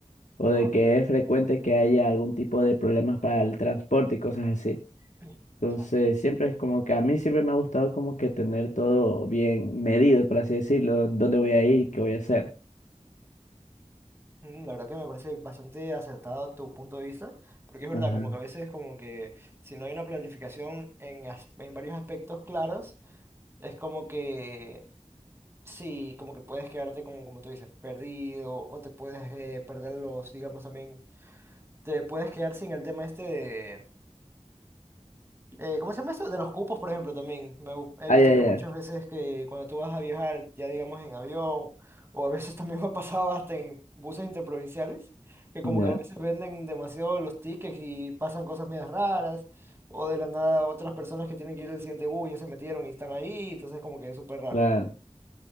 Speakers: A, on the left; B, on the right.
A: o
B: Ajá.
A: de que es frecuente que haya algún tipo de problemas para el transporte y cosas así.
B: <clears throat> Exactamente.
A: Entonces, siempre es como que a mí siempre me ha gustado como que tener todo bien medido, por así decirlo, dónde voy a ir qué voy a hacer.
B: Mm, La verdad que me parece bastante acertado tu punto de vista, porque es verdad,
A: Ajá.
B: como que a veces como que si no hay una planificación en, as- en varios aspectos claros, es como que sí, como que puedes quedarte como, como tú dices, perdido, o te puedes eh, perder los, digamos también, te puedes quedar sin el tema este eh, ¿cómo se llama eso? De los cupos, por ejemplo, también. Me gu- he
A: Ah,
B: visto
A: ya,
B: que
A: ya,
B: muchas veces que cuando tú vas a viajar, ya digamos en avión, o a veces <laughs> también me ha pasado hasta en buses interprovinciales, que como
A: ya,
B: que a veces venden demasiado los tickets y pasan cosas medias raras, o de la nada otras personas que tienen que ir al siguiente bus ya se metieron y están ahí, entonces como que es súper raro.
A: claro.